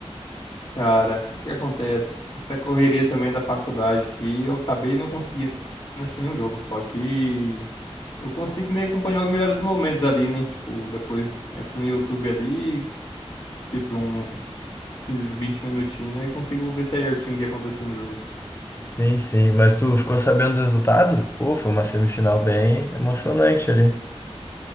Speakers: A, on the left; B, on the left.
A: Cara, o que que acontece? Essa correria também da faculdade que eu acabei não conseguindo assistir nenhum jogo, só que eu consigo me acompanhar os melhores momentos ali, né? Tipo, depois entro no YouTube ali, tiro uns 15, 20 minutinhos e consigo ver certinho o que aconteceu no jogo.
B: Sim, sim. Mas tu ficou sabendo dos resultados? Pô, foi uma semifinal bem emocionante ali.